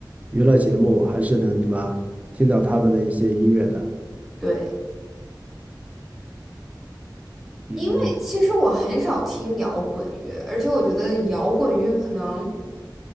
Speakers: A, on the right; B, in the centre.
A: 娱乐节目，还是能什么听到他们的一些音乐的。
B: 对，
A: 嗯，
B: 因为其实我很少听摇滚乐，而且我觉得摇滚乐可能。